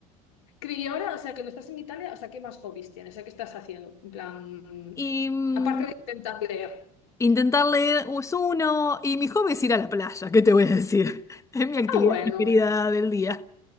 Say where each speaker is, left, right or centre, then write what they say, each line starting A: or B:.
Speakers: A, on the left; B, on the left.
A: Cri, ahora, o sea, que no estás en Italia, o sea, ¿qué más hobbies tienes? O sea, ¿qué estás haciendo? En plan,
B: Y mm,
A: aparte de intentar leer.
B: intentar leer es uno. Y mi hobby es ir a la playa, ¿qué te voy a decir? <laughs> Es mi actividad
A: Ah, bueno.
B: preferida del día.